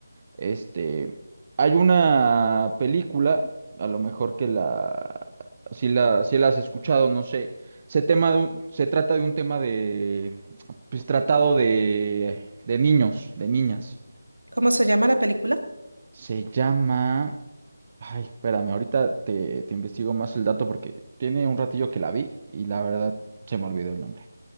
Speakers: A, on the right (about 30°); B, on the right (about 80°).
A: Este, hay una película, a lo mejor que la, si la, si la has escuchado, no sé. Se tema de un- se trata de un tema de, pues tratado de, de niños, de niñas.
B: ¿Cómo se llama la película?
A: Se llama, ay, espérame, ahorita te, te investigo más el dato porque tiene un ratillo que la vi y la verdad se me olvidó el nombre.